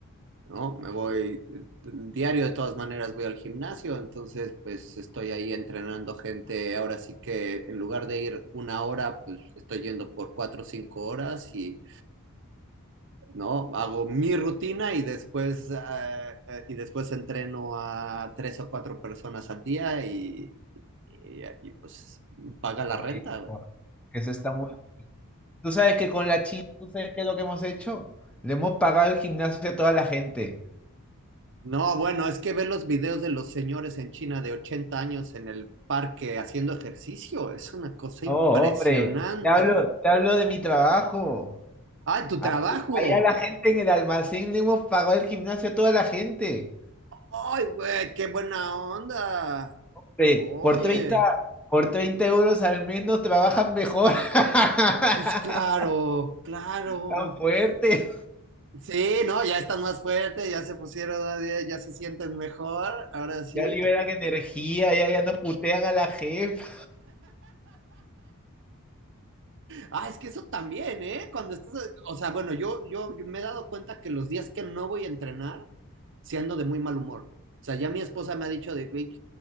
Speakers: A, on the right (about 55°); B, in the centre.
A: ¿no? Me voy eh, diario de todas maneras, voy al gimnasio, entonces pues estoy ahí entrenando gente, ahora sí que en lugar de ir una hora, pues estoy yendo por cuatro o cinco horas y, ¿no? Hago mi rutina y después, eh, eh, y después entreno a tres o cuatro personas al día y, y- y, pues paga la
B: Oye,
A: renta, güey.
B: no, eso está muy Tú sabes que con la China, ¿tú sabes qué es lo que hemos hecho? Le hemos pagado el gimnasio a toda la gente.
A: No, bueno, es que ver los videos de los señores en China de 80 años en el parque haciendo ejercicio es una cosa
B: Oh,
A: impresionante.
B: hombre, te hablo, te hablo de mi trabajo.
A: ¡Ay, tu
B: Ahí,
A: trabajo!
B: ahí a la gente en el almacén le hemos pagado el gimnasio a toda la gente.
A: ¡Ay, güey, qué buena onda!
B: Eh,
A: Oye,
B: por 30, por 30 euros al menos trabajan mejor. <laughs>
A: pues claro, claro.
B: Tan fuerte.
A: Sí, no, ya están más fuertes, ya se pusieron, a dieta, ya se sienten mejor, ahora sí.
B: Ya liberan energía, ya, ya no putean a la jefa.
A: Ah, es que eso también, ¿eh? Cuando estás, o sea, bueno, yo, yo, yo me he dado cuenta que los días que no voy a entrenar, si ando de muy mal humor. O sea, ya mi esposa me ha dicho de, güey,